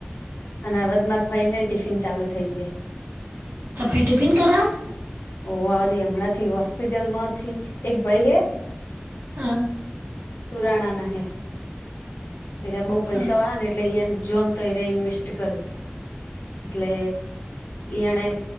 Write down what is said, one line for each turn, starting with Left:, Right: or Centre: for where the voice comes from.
Left: અને હવેમાર ફઈ ને ટિફિન ચાલુ થઈ જાય.
Right: તો ફઈ ટીફિન તો રાખ.
Left: ઓ વાલી હમણાં થી હોસ્પિટલ માંથી એક ભાઈ હે
Right: હા.
Left: સુરાણા ના હે. એરા બહુ પૈસા
Right: હા
Left: વાળા ને એટલે એ જોન તો એ ઇન્વેસ્ટ કરે એટલે યાણે